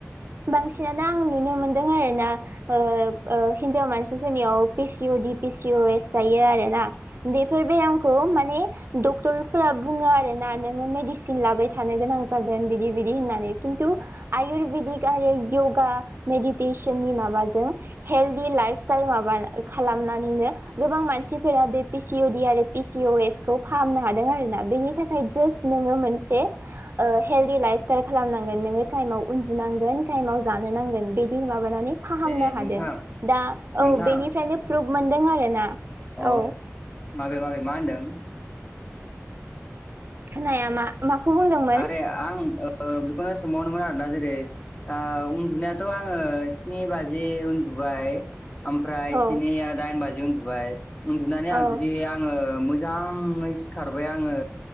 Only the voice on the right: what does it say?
बांसिनानो आं नुनो मोनदों आरो ना ओ ओ हिनजाव मानसिफोरनियाव पिसिअ दि पि सि अ एस जायो आरो ना बेफोर बेरामखौ माने डक्टर फोर बुङो आरो ना नोङो मेडिसिन लाबाय थानो गोनां जागोन बिदि बिदि होननानै खिन्थु आयुरवेदिक आरो यगा मेडिटेसन नि माबाजों हेल्दि लाइफ स्टाइल माबा बा खालामनानैनो गोबां मानसिफोरा बे पिसिअ दि आरो पिसिअ एस खौ फाहामनो हादों। आरोना बेनि थाखाय जास्ट नोङो मोनसे ओ हेलडि लाइफ सिताइल खालामनांगोन नोङो टाइमाव उन्दुनांगोन टाइमाव जानो नांगोन बे माबानानै फाहामनो
हादों
दा
औ बेनिफ्रायनो प्रुभ मोनदों आरो ना ।
औ।
खोनाया मा? माखौ बुंदोंमोन
औ
औ